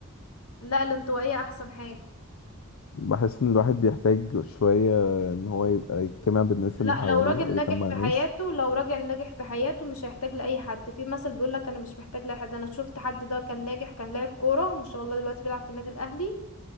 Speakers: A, on the left; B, on the left.
A: لا الانطوائيه احسن حاجه
B: بحس ان الواحد بيحتاج شوية ان هو يبقى يجتمع بالناس
A: لا
B: اللي حواليه
A: لو راجل
B: او
A: ناجح
B: يجمع
A: في
B: ناس
A: حياته لو راجل ناجح في حياته مش هيحتاج لاي حد في مثل بيقول لك انا مش محتاج لاي حد انا شفت حد ده كان ناجح كان لاعب كوره ما شاء الله دلوقتي بيلعب في النادي الاهلي